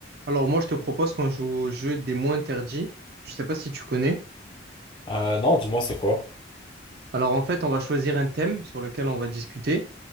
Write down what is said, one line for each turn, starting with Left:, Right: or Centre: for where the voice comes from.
Right: Alors moi, je te propose qu'on joue au jeu des mots interdits. Je sais pas si tu connais.
Left: Euh, non, dis-moi, c'est quoi?
Right: Alors en fait, on va choisir un thème sur lequel on va discuter.